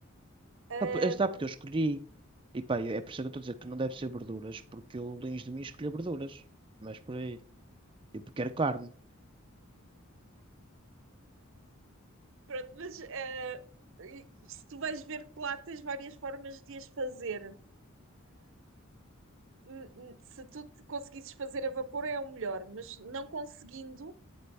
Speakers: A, on the right (about 65°); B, on the right (about 25°).
A: Ahm,
B: Ah, p- Está porque eu escolhi. E pá, é por isso que eu estou a dizer que não deve ser verduras, porque eu, longe de mim, escolhi verduras. Mas por aí. Eu quero carne.
A: Pronto, mas eh, se tu vais ver que lá tens várias formas de as fazer. Hum, hum, Se tu te conseguisses fazer a vapor é o melhor, mas não conseguindo,